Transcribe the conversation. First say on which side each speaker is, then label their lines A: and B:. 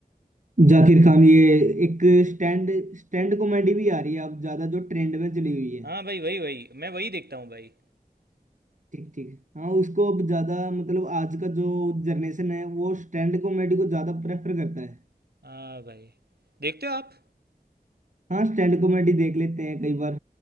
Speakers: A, on the right; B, on the right.
A: जाकिर खान ये एक स्टैंड स्टैंड कॉमेडी भी आ रही है अब ज्यादा जो ट्रेंड में चली हुई है
B: हाँ भाई वही वही मैं वही देखता हूँ भाई
A: ठीक ठीक हाँ उसको अब ज्यादा मतलब आज का जो जनरेशन है वो स्टैंड कॉमेडी को ज्यादा प्रेफर करता है
B: हाँ भाई देखते हो आप
A: हाँ स्टैंड कॉमेडी देख लेते हैं कई बार